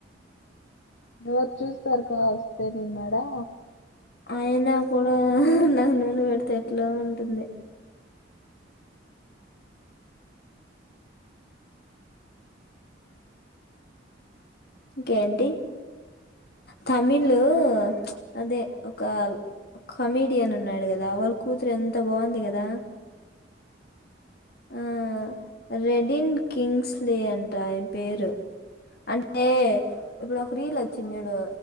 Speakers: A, on the left (about 75°); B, on the left (about 55°).
A: ఎవరు చూస్తారు క కవస్తే నుకున్నాడా
B: అయనా కూడా నాకు నూనె పెడితే ఎట్లో ఉంటుంది. ఇంకేంటి తమిళ్ ఊ అదే ఒకా ఒక కమెడియన్ ఉన్నాడు కదా వాళ్ళ కూతురు ఎంత బాగుంది కదా ఆ రెడిన్ కింగ్స్లీ అంట ఆయన పేరు. అంటే ఇప్పుడు ఒక రీల్ వచ్చింది చూడు